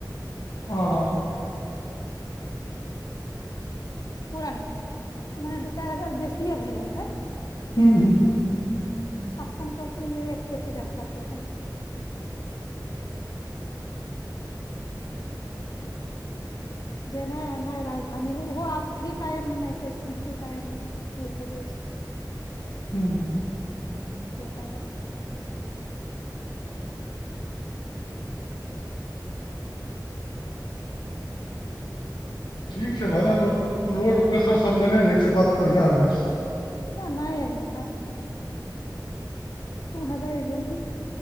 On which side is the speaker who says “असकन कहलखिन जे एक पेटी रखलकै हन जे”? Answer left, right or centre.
Left